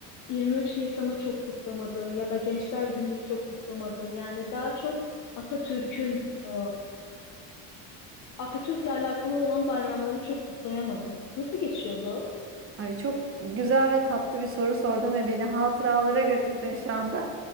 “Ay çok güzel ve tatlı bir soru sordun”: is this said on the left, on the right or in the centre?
Right